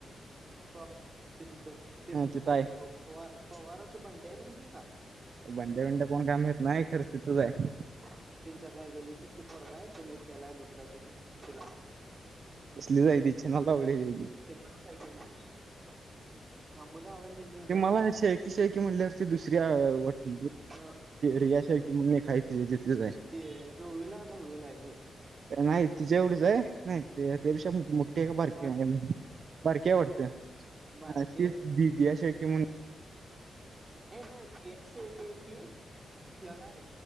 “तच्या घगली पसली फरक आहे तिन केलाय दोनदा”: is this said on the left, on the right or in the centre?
Right